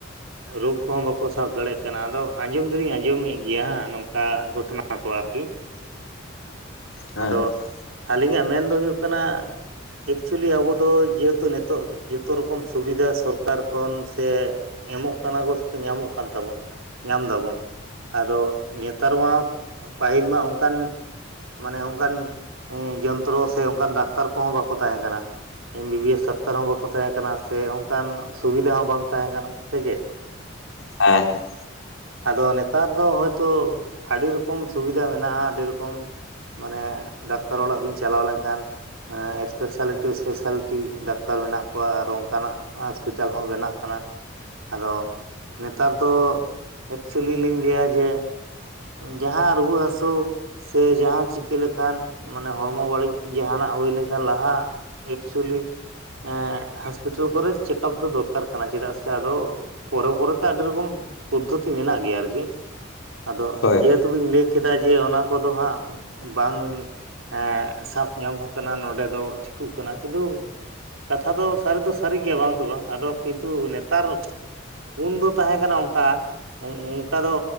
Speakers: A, on the right (about 85°); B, on the left (about 80°).
A: ᱨᱳᱜᱽ ᱠᱚᱦᱚᱸ ᱵᱟᱠᱚ ᱥᱟᱵ ᱫᱟᱲᱮᱭᱟᱜ ᱠᱟᱱᱟ ᱟᱫᱚ ᱟᱸᱡᱚᱢ ᱫᱚᱞᱤᱧ ᱟᱸᱡᱚᱢᱮᱫ ᱜᱮᱭᱟ ᱦᱟᱸᱜ ᱱᱚᱝᱠᱟ ᱜᱷᱚᱴᱚᱱᱟ ᱠᱚ ᱟᱨᱠᱤ
B: <unintelligible> ᱛᱟᱦᱚᱞᱮ
A: ᱟᱫᱚ ᱟᱹᱞᱤᱧᱟᱜ ᱢᱮᱱ ᱫᱚ ᱦᱚᱭᱳᱜ ᱠᱟᱱᱟ ᱮᱠᱪᱩᱭᱮᱞᱤ ᱟᱵᱚ ᱫᱚ ᱡᱟᱹᱛ ᱛᱚ ᱱᱤᱛᱚᱜ ᱡᱚᱛᱚ ᱨᱚᱠᱚᱢ ᱥᱩᱵᱤᱫᱷᱟ ᱥᱚᱨᱠᱟᱨ ᱠᱷᱚᱱ ᱥᱮ ᱮᱢᱚᱜ ᱠᱟᱱᱟ ᱠᱚ ᱾ ᱧᱟᱢᱚᱜ ᱠᱟᱱ ᱛᱟᱵᱚᱱ ᱧᱟᱢ ᱫᱟᱵᱚᱱ᱾ ᱟᱫᱚ ᱱᱮᱛᱟᱨ ᱢᱟ ᱯᱟᱹᱦᱤᱞ ᱢᱟ ᱚᱱᱠᱟᱱ ᱢᱟᱱᱮ ᱚᱱᱠᱟᱱ ᱡᱚᱱᱛᱨᱚ ᱥᱮ ᱚᱱᱠᱟᱱ ᱫᱟᱠᱛᱟᱨ ᱠᱚᱦᱚᱸ ᱵᱟᱠᱚ ᱛᱟᱦᱮᱸ ᱠᱟᱱᱟ ᱮᱢ ᱵᱤ-ᱵᱤ ᱮᱥ ᱫᱟᱠ ᱫᱟᱠᱛᱟᱨ ᱦᱚᱸ ᱵᱟᱠᱚ ᱛᱟᱦᱮᱸ ᱠᱟᱱᱟ ᱥᱮ ᱚᱱᱠᱟᱱ ᱥᱩᱵᱤᱫᱟ ᱦᱚᱸ ᱵᱟᱝ ᱛᱟᱦᱮᱸ ᱠᱟᱱᱟ ᱥᱮ ᱪᱮᱫ᱾
B: ᱦᱮᱸ ᱦᱮᱸ᱾
A: ᱟᱫᱚ ᱱᱮᱛᱟᱨ ᱫᱚ ᱦᱳᱭᱛᱳ ᱟᱰᱤ ᱨᱚᱠᱚᱢ ᱥᱩᱵᱤᱫᱷᱟ ᱢᱮᱱᱟᱜᱼᱟ, ᱟᱰᱤ ᱨᱚᱠᱚᱢ ᱢᱟᱱᱮ ᱰᱟᱠᱛᱟᱨ ᱚᱲᱟᱜ ᱵᱤᱱ ᱪᱟᱞᱟᱣ ᱞᱮᱱᱠᱷᱟᱱ ᱦᱮ ᱮᱥᱯᱮᱥᱟᱞᱤᱴᱤ ᱮᱥᱯᱮᱥᱟᱞᱤᱴᱤ ᱰᱟᱠᱛᱟᱨ ᱢᱮᱱᱟᱜ ᱠᱚᱣᱟ, ᱟᱨ ᱚᱱᱠᱟᱱᱟᱜ ᱦᱚᱥᱯᱤᱴᱟᱞ ᱦᱚᱸ ᱵᱮᱱᱟᱜ ᱠᱟᱱᱟ, ᱟᱫᱚ ᱱᱮᱛᱟᱨ ᱫᱚ ᱮᱠᱪᱩᱭᱩᱞᱤ ᱞᱤᱧ ᱞᱟᱹᱭᱟ ᱡᱮ ᱡᱟᱦᱟᱸ ᱨᱩᱣᱟᱹ ᱦᱟᱹᱥᱳ ᱥᱮ ᱡᱟᱦᱟ ᱪᱤᱠᱟᱹ ᱞᱮᱠᱷᱟᱱ ᱢᱟᱱᱮ ᱦᱚᱲᱢᱚ ᱵᱟᱹᱲᱤᱡ ᱡᱟᱦᱟᱱᱟᱜ ᱦᱩᱭ ᱞᱮᱠᱷᱟᱱ ᱞᱟᱦᱟ ᱮᱠᱪᱩᱭᱮᱞᱤ ᱮ ᱦᱟᱸᱥᱯᱤᱴᱟᱞ ᱠᱚᱨᱮ ᱪᱮᱠᱟᱯ ᱫᱚ ᱫᱚᱨᱠᱟᱨ ᱠᱟᱱᱟ, ᱪᱮᱫᱟᱜ ᱥᱮ ᱟᱫᱚ ᱯᱚᱨᱮ ᱯᱚᱨᱮᱛᱮ ᱟᱹᱰᱤ ᱨᱚᱠᱚᱢ ᱯᱚᱫᱽᱫᱷᱚᱛᱤ ᱢᱮᱱᱟᱜ ᱜᱮᱭᱟ ᱟᱨᱠᱤ ᱟᱫᱚ
B: ᱦᱳᱭ
A: ᱡᱮᱦᱮᱛᱩ
B: ᱦᱮᱸ
A: ᱵᱤᱱ ᱞᱟᱹᱭ ᱠᱮᱫᱟ ᱡᱮ ᱚᱱᱟ ᱠᱚᱫᱚ ᱦᱟᱸᱜ ᱵᱟᱝ ᱮᱸ ᱥᱟᱵ ᱧᱟᱢ ᱟᱠᱟᱱᱟ ᱱᱚᱰᱮ ᱫᱚ ᱴᱷᱤᱠᱚᱜ ᱠᱟᱱᱟ ᱠᱤᱱᱛᱩ ᱠᱟᱛᱷᱟ ᱫᱚ ᱥᱟᱹᱨᱤ ᱫᱚ ᱥᱟᱹᱨᱤ ᱜᱮᱭᱟ ᱵᱟᱝ ᱫᱚ ᱵᱟᱝ ᱟᱫᱚ ᱠᱤᱱᱛᱩ ᱱᱮᱛᱟᱨ ᱩᱱ ᱫᱚ ᱛᱟᱦᱮᱸ ᱠᱟᱱᱟ ᱚᱱᱠᱟ ᱚᱝ ᱚᱝ ᱚᱱᱠᱟ ᱫᱚ